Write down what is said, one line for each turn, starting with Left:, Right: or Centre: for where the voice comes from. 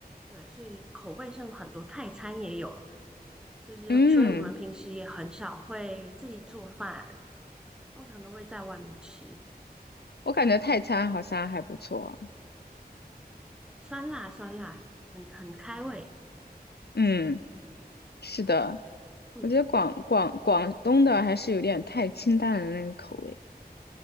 Centre: 对，所以口味上很多，泰餐也有，就是所以我们平时也很少会自己做饭，
Left: 嗯，
Centre: 通常都会在外面吃，
Left: 我感觉泰餐好像还不错，
Centre: 酸辣酸辣，很很开胃。
Left: 嗯，是的，
Centre: 嗯。
Left: 我觉得广广广东的还是有点太清淡的那个口味，